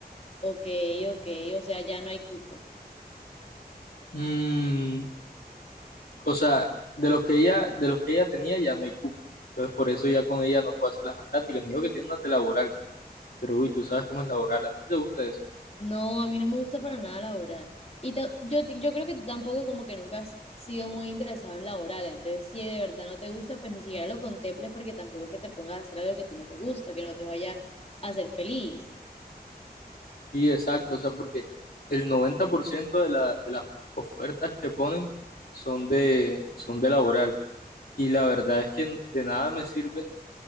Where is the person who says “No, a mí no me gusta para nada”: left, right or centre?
Left